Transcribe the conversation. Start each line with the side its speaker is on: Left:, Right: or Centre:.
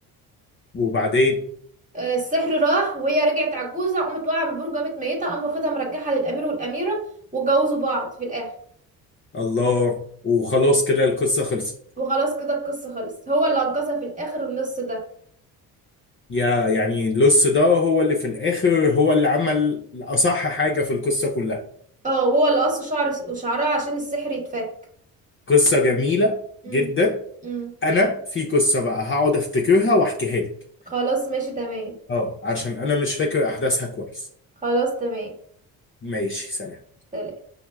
Left: وبعدين
Right: آه، السحر راح وهي رجعت عجوزة قامت واقعة بالبرج قامت ميتة قام واخدها مرجعها للأمير والأميرة واتجوزوا بعض في الآخر
Left: الله وخلاص كده القصه خلصت
Right: وخلاص كده القصة خلصت هو اللي أنقذها في الآخر اللص ده
Left: يا يعني اللص ده هو اللي في الاخر هو اللي عمل اصح حاجه في القصه كلها
Right: اه هو اللي قص شعر وشعرها عشان السحر يتفك
Left: قصه جميله
Right: امم
Left: جدا
Right: امم
Left: انا في قصه بقى هقعد افتكرها واحكيها لك
Right: خلاص ماشي تمام
Left: اه عشان انا مش فاكر احداثها كويس
Right: خلاص تمام
Left: ماشي سلام
Right: سلام.